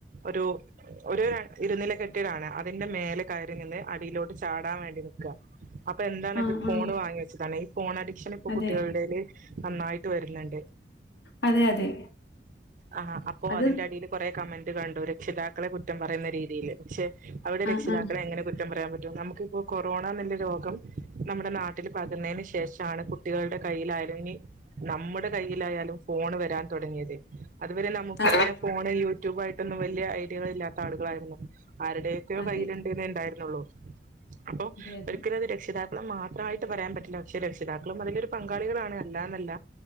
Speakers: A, on the right; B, on the left.
A: ഒരു ഒരു ര ഇരുനില കെട്ടിടാണ് അതിന്റെ മേലെ കയറി നിന്ന് അടിയിലോട്ട് ചാടാൻ വേണ്ടി നി ക്ക അപ്പൊ എന്താണത്
B: ആ
A: ഫോൺ
B: ആ
A: വാങ്ങി വെച്ചതാണ് ഈ ഫോൺ അഡിക്ഷൻ ഇപ്പൊ
B: അതെ
A: കുട്ടികളെടേല് നന്നായിട്ട് വരുന്നെണ്ട്.
B: അതെ അതെ.
A: ആഹ അപ്പൊ
B: അത്
A: അതിന്റെ അടില് കൊറേ കമന്റ് കണ്ടു രക്ഷിതാക്കളെ കുറ്റം പറയുന്ന രീതില് പക്ഷെ അവിടെ
B: ആ
A: രക്ഷിതാക്കളെ
B: ആ
A: എങ്ങനെ കു റ്റം പറയാൻ പറ്റും നമുക്കിപ്പോ കൊറോണന്നില്ല രോഗം നമ്മുടെ നാട്ടില് പകർന്നതിന് ശേഷമാണ് കുട്ടികളുടെ കയ്യിലാരങ്ങി നമ്മുടെ കൈയിലായാലും ഫോണ് വരാൻ തുടങ്ങിയത്. അതുവരെ നമുക്കും
B: ആ
A: തന്നെ ഫോണ് യൂട്യൂബ് ആയിട്ടൊന്നും വലിയ ഐഡിയകളില്ലാത്ത ആളുകളായിരുന്നു. ആരുടെയൊക്കെയോ
B: അതെ
A: കയ്യിലുണ്ടെന്നെ ഉണ്ടായിരുന്നുള്ളു അപ്പൊ
B: അതെ അതെ
A: ഒരിക്കലുമത് രക്ഷിതാ ക്കള മാത്രമായിട്ട് പറയാൻ പറ്റില്ല പക്ഷേ രക്ഷിതാക്കളും അതിലൊരു പങ്കാളികളാണ് അല്ലാന്നല്ല.